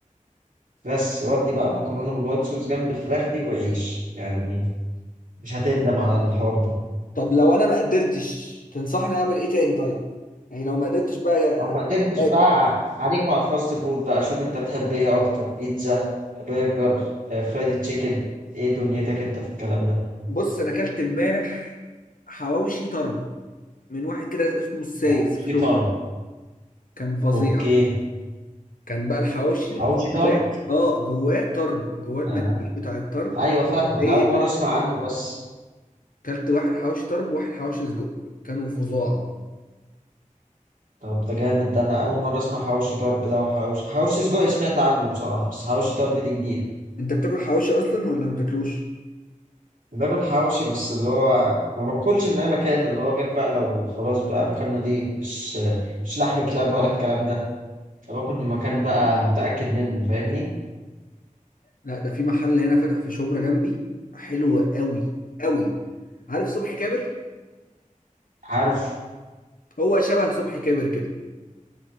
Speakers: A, on the right (about 85°); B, on the left (about 80°).
A: بس ودي بقى مكرونة بالوايت صوص جنب الفراخ دي وعيش يعني مش هتندم على الحوار ده
B: طب لو انا ما قدرتش تنصحني اعمل ايه تاني طيب يعني لو ما قدرتش بقى آه،
A: لو ما قدرتش
B: اكل
A: بقى عليك وعلى الفاست فود بقى شوف أنت بتحب إيه أكتر بيتزا برجر آه، فرايدي تشيكن إيه دنيتك أنت في الكلام ده
B: بص انا اكلت امبارح حواوشي طرب من واحد كده اسمه السايس
A: أو شيطان
B: في شبرا كان فظيع
A: اوكي
B: كان بقى الحواوشي
A: حواوشي طرب
B: جواه اه جواه طرب جواه المنديل
A: آه.
B: بتاع الطرب
A: ايوه فاهم انا
B: هي
A: اول مره اسمع عنه بس
B: اكلت واحد حواوشي طرب وواحد حواوشي سجق كانوا فظاع
A: طب ده جامد ده انا اول مره اسمع حواوشي طرب ده وحواوشي حواوشي سجق سمعت عنه بصراحه بس حواوشي طرب دي جديد
B: انت بتاكل حواوشي اصلا ولا ما بتاكلوش
A: باكل حواوشي بس اللي هو ما باكلش من اي مكان اللي هو غير بقى لو خلاص بقى مكان نضيف مش مش لحم كلاب ولا الكلام ده فباكل من مكان بقى متاكد منه فاهمني
B: لا ده في محل هنا فاتح في شبرا جنبي حلو قوي قوي عارف صبحي كابر
A: عارف
B: هو شبه صبحي كابر كده